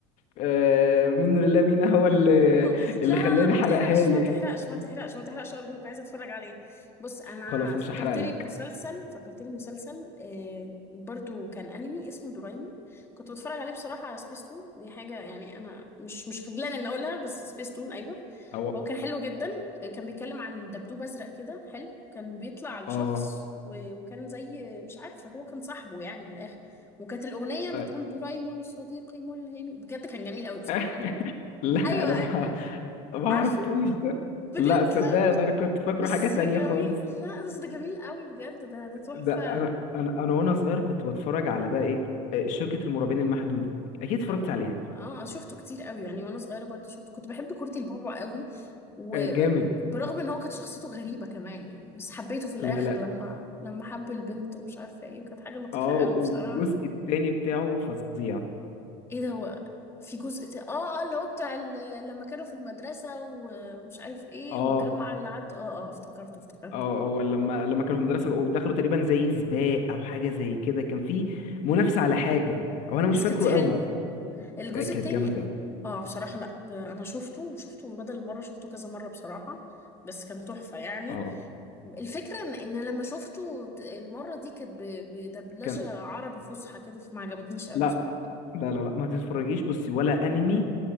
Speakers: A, on the left (about 60°); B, on the left (about 15°).
A: آه، من لله مين هو اللي
B: لا
A: اللي
B: لا
A: خلاني
B: لا ما
A: حرقها
B: تحرقش
A: لي
B: ما تحرقش ما تحرقش ما تحرقش أرجوك عايزة أتفرج عليه بص أنا
A: خلاص
B: فكرتني
A: مش هحرقلك
B: بمسلسل فكرتني بمسلسل آه برضو كان أنمي اسمه دورايمون كنت بتفرج عليه بصراحة على سبيستون دي حاجة يعني أنا مش مش خجلانة إن أقولها بس سبيستون أيوه
A: او
B: هو كان حلو جدا آه، كان بيتكلم عن دبدوب أزرق كده حلو كان بيطلع لشخص
A: اه
B: و... وكان زي مش عارفة هو كان صاحبه يعني من الآخر وكانت الأغنية
A: آه.
B: بتقول دورايمون صديقي ملهمي بجد كان جميل قوي بصراحة
A: <laughs>
B: أنا كنت
A: لا
B: ايوه
A: انا ما ما
B: عارفه
A: عرفتوش ده
B: بجد
A: لا صدق
B: لا
A: انا كنت فاكره
B: بس
A: حاجة تانية
B: جميل
A: خالص
B: لا بس ده جميل قوي بجد ده ده تحفة
A: ده انا انا انا وانا صغير كنت بتفرج على بقى ايه آه، شركة المرعبين المحدودة اكيد اتفرجت
B: أو...
A: عليها
B: اه شفته كتير قوي يعني وانا صغيرة برضه شفته كنت بحب كورتي البابا قوي وبرغم
A: آه، جامد
B: ان هو كانت شخصيته غريبة كمان يعني بس حبيته في الاخر
A: لا لا
B: لما لما حب البنت ومش عارفة ايه وكانت حاجة لطيفة
A: اه
B: قوي
A: والجزء
B: بصراحة
A: التاني بتاعه فظيع
B: ايه ده هو في جزء ت... اه اه اللي هو بتاع ال... لما كانوا في المدرسة و- ومش عارف ايه
A: اه
B: والجامعة اللي عد اه اه افتكرته افتكرته
A: اه
B: آه.
A: هو لما لما كانوا في المدرسة ودخلوا تقريبا زي سباق او حاجة زي كده كان في منافسة على حاجة او انا مش
B: بس
A: فاكره
B: كانت حلوة
A: قوي
B: الجزء
A: آه، كانت
B: التاني
A: جامدة
B: اه بصراحة لا انا شفته وشفته من بدل المرة شفته كذا مرة بصراحة بس كان تحفة يعني
A: اه
B: الفكرة ان إن لما شفته ت- المرة دي كانت ب- بدبلجة
A: كان
B: عربي فصحى كده فما عجبتنيش قوي
A: لا
B: بصراحة
A: لا لا لا ما تتفرجيش بصي ولا انمي